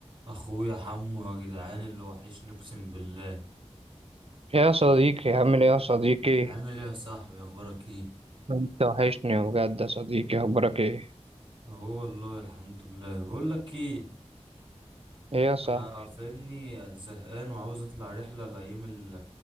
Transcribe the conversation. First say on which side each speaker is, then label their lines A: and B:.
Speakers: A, on the right; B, on the right.
A: اخويا حمو يا جدعان اللي وحشني اقسم بالله
B: يا صديقي عامل ايه يا صديقي
A: عامل ايه يا صاحبي اخبارك ايه
B: انت وحشني بجد يا صديقي اخبارك ايه
A: اهو والله الحمد لله بقول لك ايه
B: ايه يا صاحبي
A: انا فاهمني زهقان وعاوز اطلع رحله الايام ال-